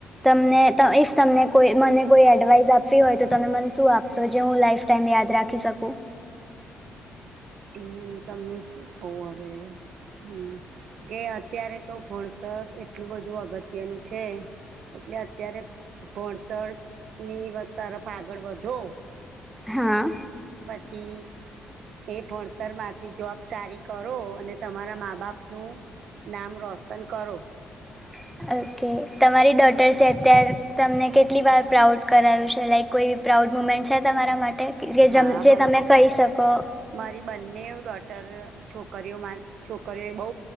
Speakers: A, in the centre; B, on the right.
A: તમને ઇફ તમને કોઈ મને કોઈ એડવાઇસ આપવી હોય તો તમે મને શું આપશો જે હું લાઈફ ટાઈમે યાદ રાખી શકું.
B: એ હું તમને શું કહું હવે હમ્મ કે અત્યારે તો ભણ તર એટલું બધું અગત્યનું છે એટલે અત્યારે ભણતરની તરફ આગળ વધો.
A: હા.
B: પછી એ ભણતર મા થી જોબ સારી કરો અને તમારા મા બાપનું નામ રોશન કરો.
A: <inaudible> ઓકે તમારી ડોટર્સે અત્યારે તમને કેટલી વાર પ્રાઉડ કરાવ્યું છે લાઈક કોઈ પ્રાઉડ મુમેન્ટ છે તમારા માટે જે
B: હા
A: જે
B: બન
A: તમે કહી શકો.
B: મારી બંને ડોટર છોકરીઓ મા છોકરીઓ બહુ